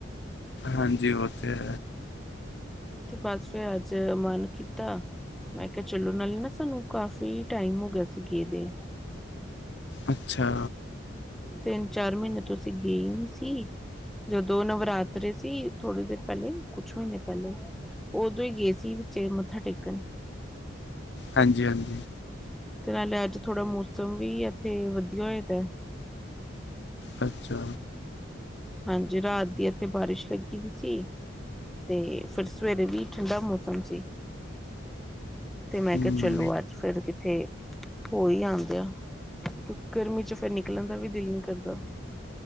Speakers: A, on the left; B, in the centre.
A: ਹਾਂਜੀ, ਓ ਤੇ ਹੈ।
B: ਤੇ ਬਸ ਫੇਰ ਅਜ, ਮਨ ਕੀਤਾ ਮੈਂ ਕਿਹਾ ਚਲੋ ਨਾਲੇ ਨਾ ਸਾਨੂੰ ਕਾਫੀ ਟਾਈਮ ਹੋ ਗਿਆ ਸੀ ਗਏ ਦੇ।
A: ਅੱਛਾ।
B: ਤਿੰਨ, ਚਾਰ ਮਹੀਨੇ ਤੋ ਅਸੀ ਗਏ ਨੀ ਸੀ। ਜਦੋਂ ਨਵਰਾਤਰੇ ਸੀ, ਥੋੜੀ ਦਿਨ ਪੈਲੇ, ਕੁਛ ਮਹੀਨੇ ਪਹਿਲੇ। ਓਦੋਂ ਈ ਗਏ ਸੀ ਵਿਚੇ ਮੱਥਾ ਟੇਕਨ।
A: ਹਾਂਜੀ, ਹਾਂਜੀ।
B: ਤੇ ਨਾਲੇ ਅਜ ਥੋੜਾ ਮੌਸਮ ਵੀ ਇਥੇ ਵਧੀਆ ਹੋਇਆ ਦਾ।
A: ਅੱਛਾ।
B: ਹਾਂਜੀ, ਰਾਤ ਦੀ ਇੱਥੇ ਬਾਰਿਸ਼ ਲੱਗੀ ਵੀ ਸੀ। ਅਤੇ ਫਿਰ ਸਵੇਰੇ ਵੀ ਠੰਢਾ ਮੌਸਮ ਸੀ। ਤੇ ਮੈਂ
A: ਹਮ
B: ਕਿਹਾ ਚਲੋ ਅੱਜ ਫਿਰ ਕਿਥੇ। ਹੋ ਹੀ ਆਉਂਦੇ ਆ ਗਰਮੀ ਚ ਫਿਰ ਨਿਕਲਣ ਦਾ ਵੀ ਦਿਲ ਨੀ ਕਰਦਾ।